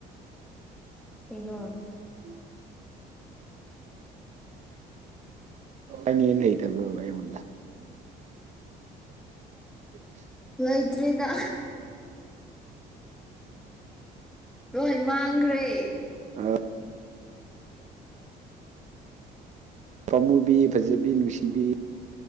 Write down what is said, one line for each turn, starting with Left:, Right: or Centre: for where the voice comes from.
Centre: ꯀꯩꯅꯣ
Right: ꯎꯝ ꯑꯅꯦ ꯂꯩꯇꯕ꯭ꯔꯣꯕ ꯑꯩꯉꯣꯟꯗ <unintelligible>
Centre: ꯂꯩꯇ꯭ꯔꯤꯗ ꯂꯣꯏ ꯃꯥꯡꯈ꯭ꯔꯦ
Right: ꯑ ꯄꯥꯃꯨꯕꯤ ꯐꯖꯕꯤ ꯅꯨꯡꯁꯤꯕꯤ